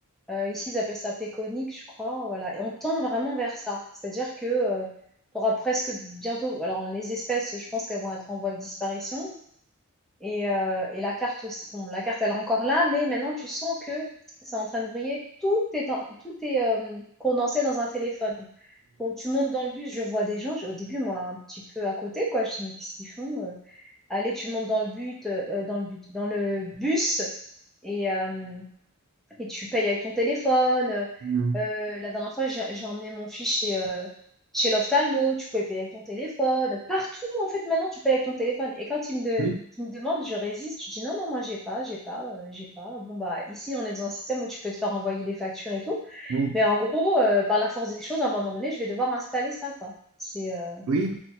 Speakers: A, in the centre; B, on the right.
A: euh, ici, ils appellent ça péconique, je crois. Voilà. Et on tend vraiment vers ça. C'est-à-dire que... tu auras presque bientôt, alors les espèces, je pense qu'elles vont être en voie de disparition, et, euh, et la carte aussi, bon, la carte, elle est encore là, mais maintenant, tu sens que c'est en train de briller. Tout est, dans- tout est euh, condensé dans un téléphone. Donc, tu montes dans le bus, je vois des gens, je- au début, moi, un petit peu à côté, quoi. Je dis, mais qu'est-ce qu'ils font? euh Allez, tu montes dans le but, euh, dans le but, dans le bus, et, euh, et tu payes avec ton téléphone. Euh,
B: mm, mm.
A: euh, la dernière fois, j'ai j'ai emmené mon fils chez, euh, chez l'ophtalmo, tu pouvais payer avec ton téléphone. Partout, en fait, maintenant, tu payes avec ton téléphone. Et quand il me, de-
B: Oui,
A: il me demande, je résiste, je dis non, non, moi, j'ai pas, j'ai pas, euh, j'ai pas. Bon, bah, ici, on est dans un système où tu peux te faire envoyer des factures et tout.
B: oui.
A: Mais en gros, euh, par la force des choses, à un moment donné, je vais devoir installer ça, quoi. C'est, euh,
B: oui.